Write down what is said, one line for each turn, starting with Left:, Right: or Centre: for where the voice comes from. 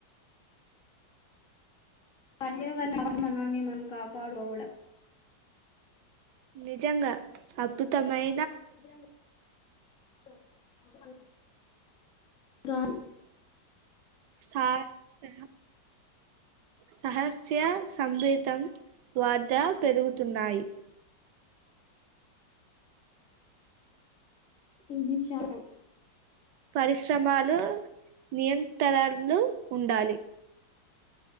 Left: పర్యావరణ అభి మానాల్ని మనం కాపాడుకోవడం
Right: నిజంగా అప్పుతమై
Left: <inaudible>
Right: సా స సహస్య సంభేతం వాద పెరుగుతున్నాయి
Left: ఇది చా లా
Right: పరిశ్రమలు నియంతరణలు ఉండాలి